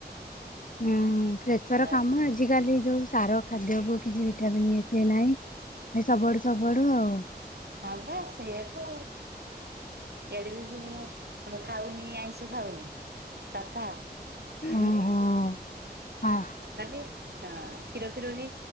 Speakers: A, on the left (about 50°); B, on the right (about 70°).
A: ହୁଁ ପ୍ରେସର
B: ଖରାପ
A: କାମ ଆଜିକାଲି ଯୋଉ ସାର ଖାଦ୍ୟକୁ କିଛି ଭିଟାମିନ୍ ଇଏ ସେ ନାଇଁ ଏ ସବୁଆଡୁ ସବୁଆଡୁ ଆଉ
B: ହବା ସେଇୟାତ। ଏବେବି ପୁଣି ମୁଁ ଆଉ ଖାଉନି ଆଇଁଷ ଖାଉନି, ସାଧା। କାଲି।
A: ଓହୋ। ହଁ
B: ହଁ କ୍ଷୀର ଫିର ବି